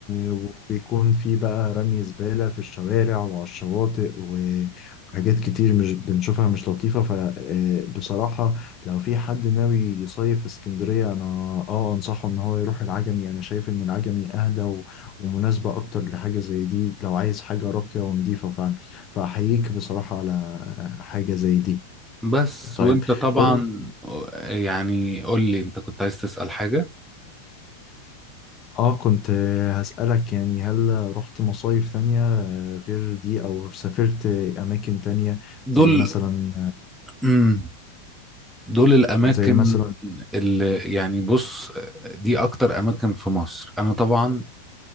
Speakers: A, on the left; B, in the centre.
A: وبيكون في بقى رمي زبالة في الشوارع وعلى الشواطئ وحاجات كتير مش بنشوفها مش لطيفة فبصراحة لو في حد ناوي يصيف في اسكندرية أنا آه أنصحه إن هو يروح العجمي أنا شايف إن العجمي أهدى و- ومناسبة أكتر لحاجة زي دي لو عايز حاجة راقية ونضيفة فعلا فأحييك بصراحة على حاجة زي دي
B: بس
A: طيب
B: وانت طبعا
A: قول لي
B: يعني قول لي انت كنت عايز تسأل حاجه
A: آه كنت هسألك يعني هل رحت مصايف تانية غير دي او سافرت اماكن تانية زي
B: دول
A: مثلا
B: مم، دول الاماكن
A: زي مثلا
B: اللي يعني بص دي اكتر اماكن في مصر انا طبعا